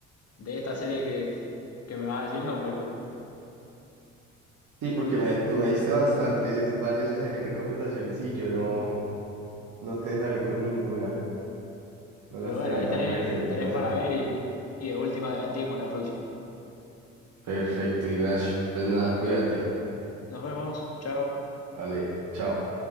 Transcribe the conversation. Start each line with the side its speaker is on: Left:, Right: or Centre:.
Left: de esta serie que, que me vas a decir el nombre, pues.
Right: Sí, porque me, tú me diste bastantes, varias ahí recomendaciones y yo no, no te salí con ninguna. No
Left: Pero
Right: las
Left: bueno,
Right: tenía
Left: ahí
Right: tan
Left: tenés,
Right: presentes
Left: tenés
Right: así.
Left: para ver y, y de última debatimos la próxima.
Right: Perfecto, Ignacio. Pues nada, cuídate.
Left: Nos vemos. Chao.
Right: Vale, chao.